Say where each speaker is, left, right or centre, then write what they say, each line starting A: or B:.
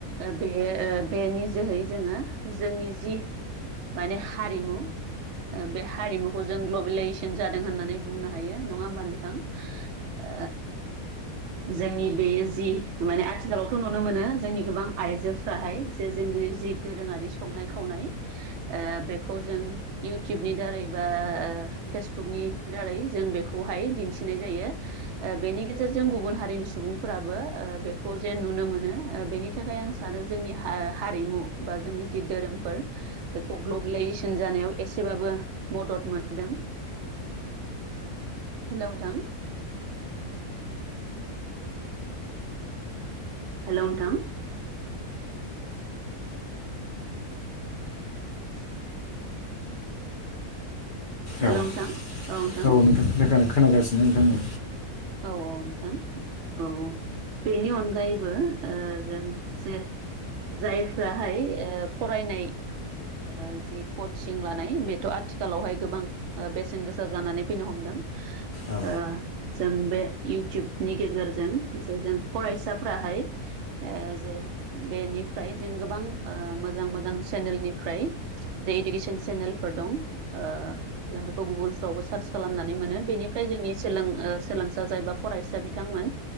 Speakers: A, on the right (about 60°); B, on the left (about 45°).
A: ओ बे ओ बेनि जोहै जोङो जोंनि जि माने हारिमु ओ बे हारिमुखौ जों ग्लबेलाइजेसन जादों होननानै बुंनो हायो नङा होमबा नोंथां ओ जोंनि बे जि माने आथिखालावथ' नुनो मोनो जोंनि गोबां आइजोफ्राहाय जे जोंनि जि दोरोङारि संनाय खावनाय ओ बेखौ जों इउटुबनि दारै बा ओ फेसबुकनि दारै जों बेखौहाय दिन्थिनाय जायो ओ बेनि गेजेरजों जों गुबुन हारिनि सुबुंफोराबो ओ बेखौ जेन नुनो मोनो ओ बेनि थाखाय आं आरो जोंनि हा हारिमु बा जोंनि जि दोरोंफोर बेखौ ग्लबेलाइजेसन जानायाव एसेबाबो मदद मोनदों हेलौ नोंथां हेल' नोंथां <inaudible> हेल'
B: औ
A: नोंथां नोंथां
B: औ नोंथां खोना खोनागासिनो नोंथांनि
A: औ औ नोंथां औ बेनि अनगायैबो ओ जों जे जायफ्राहाय ओ फरायनाय ओ जि कचिं लानाय बेथ' आथिखालावहाय गोबां ओ बेसेन गोसा जानानै फैनो हमदों
B: नोंथां औ
A: ओ जों बे इउटुबनि गेजेरजों जों जों फरायसाफ्राहाय ओ जे बेनिफ्राय जों गोबां ओ मोजां मोजां चेनेलनिफ्राय जे इडुकेसन चेनेलफोर दं ओ जों बेखौ गुगोलफ्रावबो सार्च खालामनानै मोनो बेनिफ्राय जोंनि सोलों ओ सोलोंसा जायबा फरायसा बिथांमोन